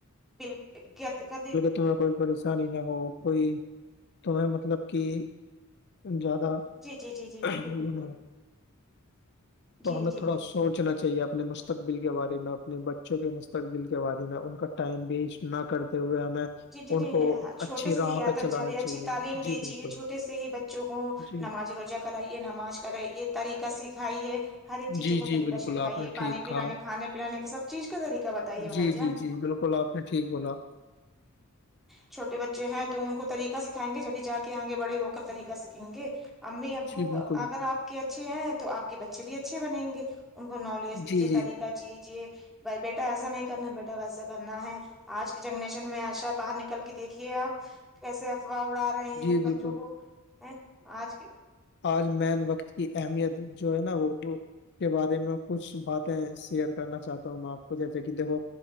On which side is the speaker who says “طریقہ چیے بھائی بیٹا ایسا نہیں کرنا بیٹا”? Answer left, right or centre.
Centre